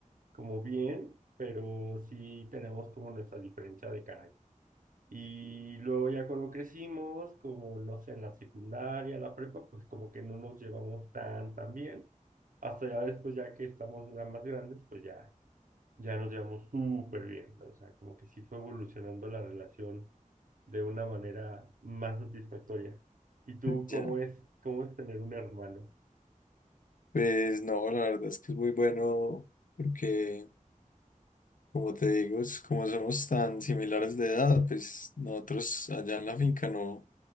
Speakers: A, on the right; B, on the left.
A: como bien, pero sí tenemos como nuestra diferencia de carácter. Y luego ya cuando crecimos, como no sé, en la secundaria, la prepa, pues como que no nos llevamos tan, tan bien. Hasta ya después, ya que estamos ya más grandes, pues ya, ya nos llevamos súper bien. O sea, como que sí fue evolucionando la relación de una manera más satisfactoria. ¿Y tú
B: Ya.
A: cómo es, cómo es tener un hermano?
B: Pues no, la verdad es que es muy bueno porque, como te digo, es- como somos tan similares de edad, pues nosotros allá en la finca no,